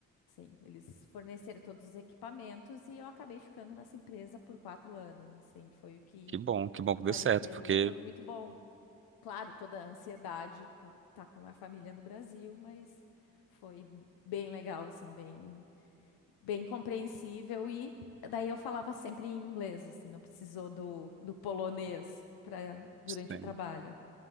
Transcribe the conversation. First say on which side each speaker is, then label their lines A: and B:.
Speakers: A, on the left; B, on the right.
A: Sim, eles forneceram todos os equipamentos e eu acabei ficando nessa empresa por quatro anos. Assim, foi o que
B: Que bom, que bom
A: apareceu
B: que deu certo, porque
A: e foi muito bom. Claro, toda a ansiedade por estar com a família no Brasil, mas foi bem legal, assim, bem bem compreensível e daí eu falava sempre em inglês, assim, não precisou do, do polonês para durante
B: sim,
A: o trabalho.